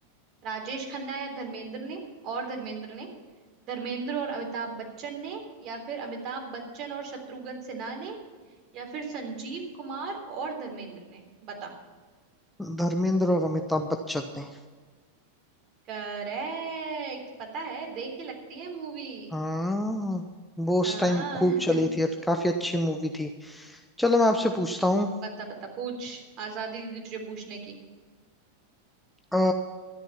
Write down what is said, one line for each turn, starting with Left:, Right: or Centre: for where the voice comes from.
Right: राजेश खन्ना या धर्मेंद्र ने और धर्मेंद्र ने धर्मेंद्र और अमिताभ बच्चन ने या फिर अमिताभ बच्चन और शत्रुघ्न सिन्हा ने या फिर संजीव कुमार और धर्मेंद्र ने बता
Centre: हम्म। धर्मेंद्र और अमिताभ बच्चन ने
Right: करेक्ट पता है देख ही लगती है मूवी
Centre: हाँ वो उस
Right: हाँ
Centre: टाइम खूब
Right: <laughs>
Centre: चली थी और काफी अच्छी मूवी थी चलो मैं आपसे पूछता हूँ
Right: बता बता पूछ आजादी दी तुझे पूछने की
Centre: अ,